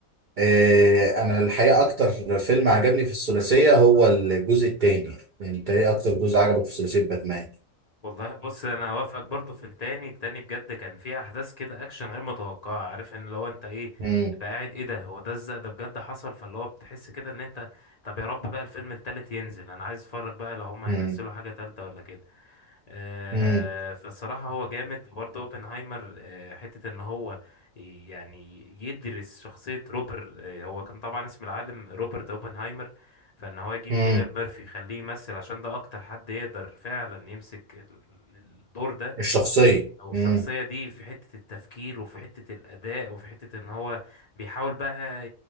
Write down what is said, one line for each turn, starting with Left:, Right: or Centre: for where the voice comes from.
Right: آه انا الحقيقه اكتر فيلم عجبني في الثلاثيه هو الجزء التاني انت ايه اكتر جزء عجبك في ثلاثيه باتمان
Left: والله بص انا اوافقك برضو في التاني التاني بجد كان فيه احداث كده اكشن غير متوقعه عارف ان لو انت ايه
Right: امم
Left: تبقى قاعد ايه ده هو ده ازاي ده بجد حصل فاللي هو بتحس كده ان انت طب يا رب بقى الفيلم التالت ينزل انا عايز اتفرج بقى لو هما
Right: امم
Left: هينزلوا حاجه تالته ولا كده آه،
Right: امم
Left: فالصراحة هو جامد برضه اوبنهايمر آه، حتة ان هو يعني يدرس شخصية روبر آه، هو كان طبعا اسم العالم روبرت اوبنهايمر فان هو يجيب
Right: امم
Left: كيليان ميرفي يخليه يمثل عشان ده اكتر حد يقدر فعلا يمسك ال- الدور ده
Right: الشخصيه
Left: او الشخصية
Right: امم
Left: دي في حتة التفكير وفي حتة الأداء وفي حتة إن هو بيحاول بقى